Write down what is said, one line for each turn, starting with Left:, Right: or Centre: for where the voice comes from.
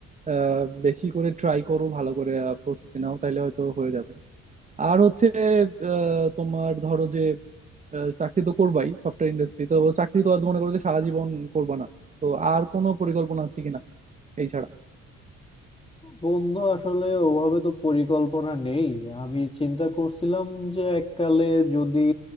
Right: আহ, বেশি করে ট্রাই করো ভালো করে আহ, প্রস্তুতি নাও তাইলে হয়তো হয়ে যাবে আর হচ্ছে আহ, তোমার ধরো যে আহ, চাকরি তো করবাই সফটওয়্যার ইন্ডাস্ট্রি তো চাকরি তো আর মনে করো যে সারা জীবন করবা না তো আর কোনো পরিকল্পনা আছে কিনা এই ছাড়া
Left: বন্ধু আসলে ওভাবে তো পরিকল্পনা নেই আমি চিন্তা করছিলাম যে এককালে যদি